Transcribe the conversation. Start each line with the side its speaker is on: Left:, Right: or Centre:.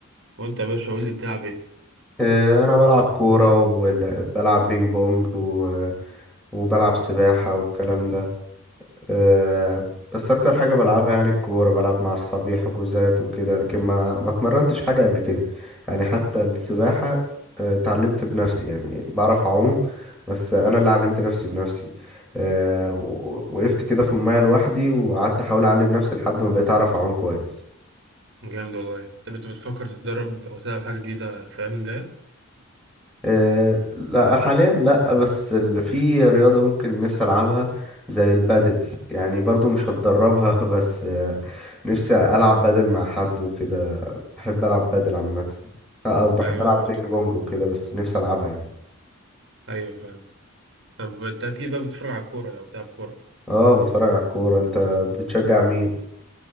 Right: وانت يا باشا قول لي بتلعب ايه
Centre: آه، انا بلعب كوره وبلعب بينج بونج و... وبلعب سباحه والكلام ده آه، بس اكتر حاجه بلعبها يعني الكوره بلعب مع اصحابي حجوزات وكده لكن ما ما اتمرنتش حاجه قبل كده يعني حتى السباحه آه، اتعلمت بنفسي يعني بعرف اعوم بس انا اللي علمت نفسي بنفسي آه، و- وقفت كده في الميه لوحدي وقعدت احاول اعلم نفسي لحد ما بقيت اعرف اعوم كويس
Right: جامد والله طب انت بتفكر تتدرب او تلعب حاجه جديده في الايام الجايه
Centre: آه، لا حاليا لا بس اللي في رياضة ممكن نفسي ألعبها زي البادل يعني برضو مش هتدربها <laughs> بس آه، نفسي ألعب بادل مع حد وكده بحب ألعب بادل عامة آه، أو بحب
Right: ايوه
Centre: ألعب
Right: أنا برضه
Centre: بينج بونج وكده بس نفسي ألعبها يعني
Right: ايوه فاهم طب انت اكيد بقى بتتفرج على الكوره لو بتلعب كوره
Centre: اه بتفرج على الكورة انت بتشجع مين؟